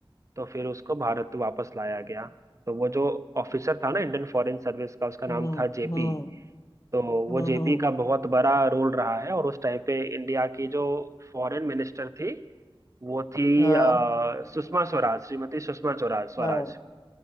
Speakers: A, on the right; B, on the left.
A: तो फिर उसको भारत वापस लाया गया तो वो जो ऑफिसर था ना इंडियन फॉरेन सर्विस का उसका नाम
B: हम्म
A: था जेपी
B: हम्म
A: तो वो
B: हम्म
A: जेपी
B: हम्म,
A: का बहुत बड़ा रोल रहा है और उस टाइम पे इंडिया की जो फॉरेन मिनिस्टर थी वो थी
B: हाँ
A: अ, सुषमा स्वराज श्रीमती सुषमा स्वराज स्वराज
B: हाँ